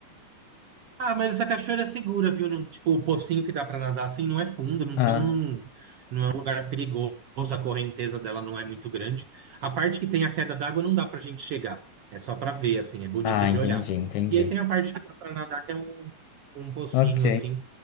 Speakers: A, on the right (about 65°); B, on the left (about 75°).
A: Ah, mas essa cachoeira é segura, viu? Não- tipo, o pocinho que dá pra nadar assim não é fundo, não- então
B: Ah,
A: não, não é um lugar perigoso, a correnteza dela não é muito grande. A parte que tem a queda d'água não dá pra gente chegar. É só pra ver, assim, é bonita
B: ah,
A: de
B: entendi,
A: olhar.
B: entendi.
A: E aí tem a parte que dá pra nadar, que é um, um pocinho,
B: Ok,
A: assim.